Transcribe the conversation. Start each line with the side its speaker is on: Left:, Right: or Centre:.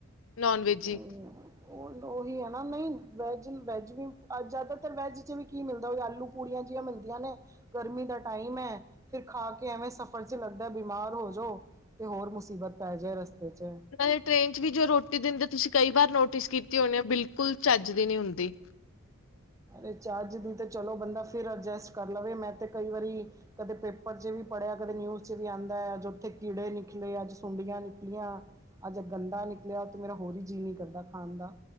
Left: ਨੋਨ ਵੈਜੀ
Right: ਨਹੀਂ ਉਹ ਉਹੀ ਆ ਨਾ ਨਹੀਂ ਵੈਜ- ਵੈਜ ਵੀ ਜ਼ਿਆਦਾਤਰ ਵੈਜ 'ਚ ਵੀ ਕੀ ਮਿਲਦਾ ਉਹੀ ਆਲੂ ਪੂੜੀਆਂ ਜਿਹੀਆਂ ਮਿਲਦੀਆਂ ਨੇ ਗਰਮੀ ਦਾ ਟਾਈਮ ਐ ਫਿਰ ਖਾ ਕੇ ਐਵੇਂ ਸਫ਼ਰ ਚ ਲੱਗਦਾ ਬਿਮਾਰ ਹੋ ਜਾਓ। ਤੇ ਹੋਰ ਮੁਸੀਬਤ ਪੈ ਜਾਏ ਰਸਤੇ 'ਚ
Left: ਨਾਲੇ ਟ੍ਰੇਨ 'ਚ ਵੀ ਜੋ ਰੋਟੀ ਦਿੰਦੇ ਤੁਸੀਂ ਕਈ ਵਾਰ ਨੋਟਿਸ ਕੀਤੀ ਹੋਣੀ ਐ ਬਿਲਕੁਲ ਚੱਜ ਦੀ ਨੀ ਹੁੰਦੀ।
Right: ਅ ਚਾਰਜ ਦੀ ਤੇ ਚਲੋ ਬੰਦਾ ਫਿਰ ਅਡਜਸਟ ਕਰ ਲਵੇ ਮੈਂ ਤੇ ਕਈ ਵਾਰੀ ਕਦੇ ਪੇਪਰ 'ਚ ਵੀ ਪੜ੍ਹਿਆ ਕਦੇ ਨਿਊਜ਼ ਚ ਵੀ ਆਉਂਦਾ ਅੱਜ ਉੱਥੇ ਕੀੜੇ ਨਿਕਲੇ ਅੱਜ ਸੁੰਡੀਆਂ ਨਿਕਲੀਆਂ। ਅੱਜ ਗੰਦਾ ਨਿਕਲਿਆ ਉਹ ਤਾਂ ਮੇਰਾ ਹੋਰ ਹੀ ਜੀਅ ਨਹੀਂ ਕਰਦਾ ਖਾਣ ਦਾ।